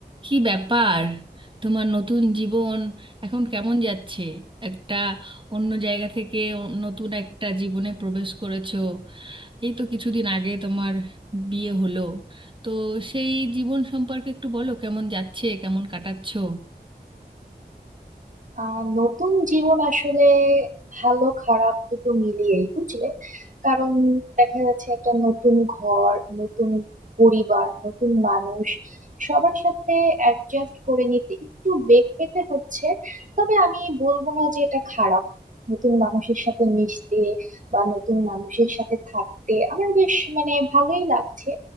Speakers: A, on the right; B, on the right.
A: কি ব্যাপার তোমার নতুন জীবন এখন কেমন যাচ্ছে একটা অন্য জায়গা থেকে অ- নতুন একটা জীবনে প্রবেশ করেছো এই তো কিছুদিন আগে তোমার বিয়ে হলো তো সেই জীবন সম্পর্কে একটু বলো কেমন যাচ্ছে কেমন কাটাচ্ছো
B: আহ নতুন জীবন আসলে ভালো খারাপ দুটো মিলিয়েই বুঝলে কারণ দেখা যাচ্ছে একটা নতুন ঘর নতুন পরিবার নতুন মানুষ সবার সাথে অ্যাডজাস্ট করে নিতে একটু বেগ পেতে হচ্ছে তবে আমি বলবো না যে এটা খারাপ নতুন মানুষের সাথে মিশতে বা নতুন মানুষের সাথে থাকতে আমার বেশ মানে ভালোই লাগছে